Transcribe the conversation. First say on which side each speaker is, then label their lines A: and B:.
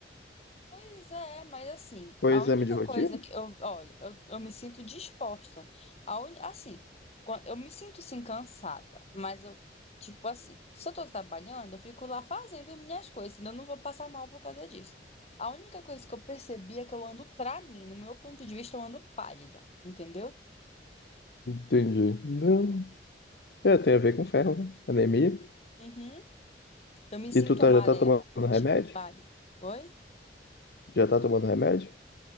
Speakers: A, on the left (about 35°); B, on the left (about 60°).
A: Pois é, mas assim,
B: Foi
A: a
B: exame
A: única
B: de rotina?
A: coisa que eu, olha, eu, eu me sinto disposta. A un... Assim, quan- eu me sinto sim cansada, mas eu, tipo assim, se eu tô trabalhando, eu fico lá fazendo as minhas coisas, senão eu não vou passar mal por causa disso. A única coisa que eu percebi é que eu ando pra mim, no meu ponto de vista, eu ando pálida, entendeu?
B: Entendi. Não. É, tem a ver com ferro, né? Anemia.
A: Uhum. Eu me sinto
B: E tu tá,
A: amarela,
B: já tá tomando remédio?
A: tipo pálida. Oi?
B: Já tá tomando remédio?